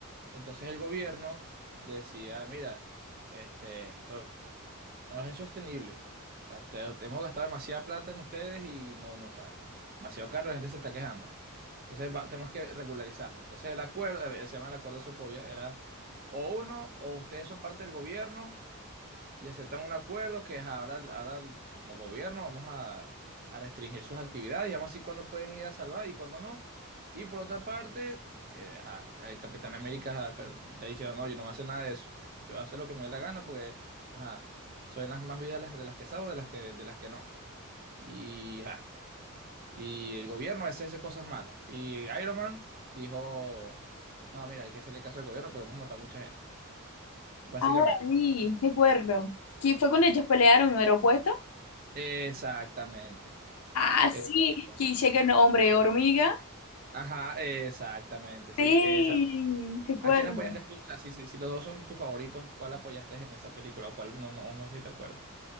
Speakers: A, on the right; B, on the left.
A: Entonces el gobierno decía, mira, este, esto no es insostenible. O sea, te- te hemos gastado demasiada plata en ustedes y no, no, o sea, demasiado caro, la gente se está quejando. Entonces va- tenemos que regularizarlo. Entonces el acuerdo, eh, se llama el acuerdo de Socovia, era o uno, o ustedes son parte del gobierno, y aceptan un acuerdo que es ahora, ahora como gobierno vamos a, a restringir sus actividades y vamos a decir cuándo pueden ir a salvar y cuándo no. Y por otra parte, eh, ajá, el Capitán América ajá, pero está diciendo, no, yo no voy a hacer nada de eso. Yo voy a hacer lo que me dé la gana porque, ajá, son las más vidas las, de las que salvo de las que, de las que no. Y, ajá, y el gobierno a veces hace cosas malas. Y Iron Man dijo, no, mira, hay que hacerle caso al gobierno porque hemos matado a mucha gente. Básicamente.
B: Ahora sí, recuerdo. Que fue cuando ellos pelearon en el aeropuerto.
A: Exactamente.
B: Ah, sí,
A: Exactamente.
B: que llega el hombre hormiga.
A: Ajá, exactamente, sí.
B: Sí,
A: Esa.
B: recuerdo.
A: ¿A quién apoyaste tú? O sea, si, si, si los dos son tus favoritos, ¿cuál apoyaste en esa película o cuál no, no, no sé si te acuerdas?